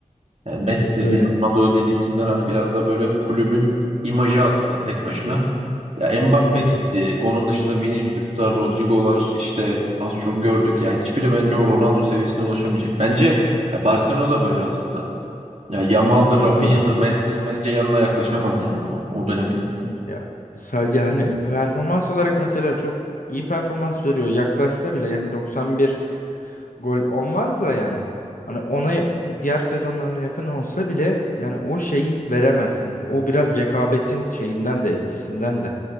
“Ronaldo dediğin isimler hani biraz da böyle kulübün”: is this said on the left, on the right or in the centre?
Right